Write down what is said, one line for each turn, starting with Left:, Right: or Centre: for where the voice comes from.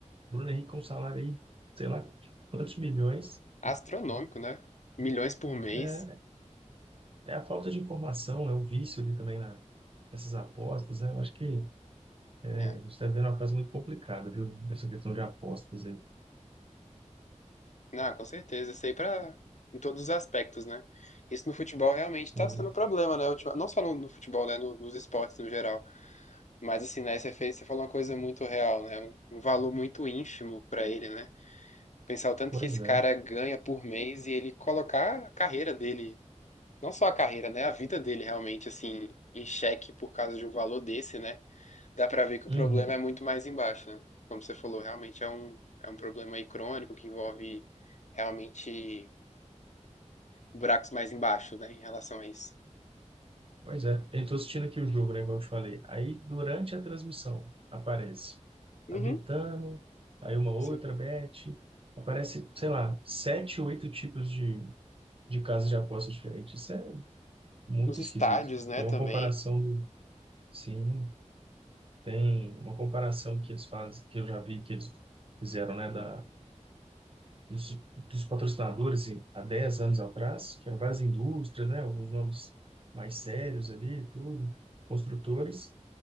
Right: Bruno Henrique com um salário aí, sei lá, quantos milhões,
Left: Astronômico, né? Milhões por mês.
Right: é, é a falta de informação, é o vício ali também na, nessas apostas, né? Eu acho que a
Left: É.
Right: gente está vendo uma fase muito complicada, viu? Essa questão de apostas aí.
Left: Não, com certeza. Isso aí pra, em todos os aspectos, né? Isso no futebol realmente
Right: Sim.
Left: tá sendo um problema, né? Ultima- Não só no, no futebol, né? No- nos esportes no geral. Mas assim, na SFA você falou uma coisa muito real, né? Um um valor muito ínfimo pra ele, né? Pensar o tanto
Right: Pois
Left: que esse
Right: é.
Left: cara ganha por mês e ele colocar a carreira dele, não só a carreira, né? A vida dele realmente, assim, em xeque por causa de um valor desse, né? Dá pra ver que o
Right: Uhum.
Left: problema é muito mais embaixo, né? Como você falou, realmente é um, é um problema aí crônico que envolve realmente buracos mais embaixo, né? Em relação a isso.
Right: Pois é, eu estou assistindo aqui o jogo, né, igual eu te falei. Aí, durante a transmissão, aparece
Left: Uhum,
Right: a Betano, aí uma outra
Left: sim.
Right: Bet, aparece, sei lá, sete, oito tipos de, de casas de apostas diferentes. Isso é muito
Left: Nos estádios,
Right: esquisito.
Left: né,
Right: Tem
Left: também.
Right: uma comparação do, sim, tem uma comparação que eles fazem, que eu já vi que eles fizeram, né, da, dos, dos patrocinadores em- há 10 anos atrás, que eram várias indústrias, né, alguns nomes mais sérios ali, tudo, construtores.